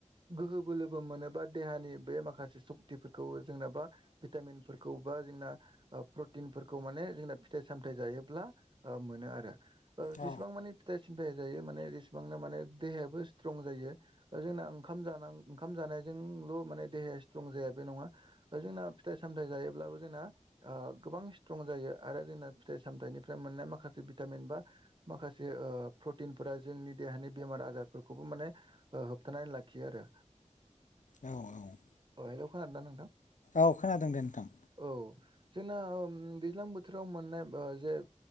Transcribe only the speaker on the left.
औ
औ औ।
औ खोनादों दे नोंथां।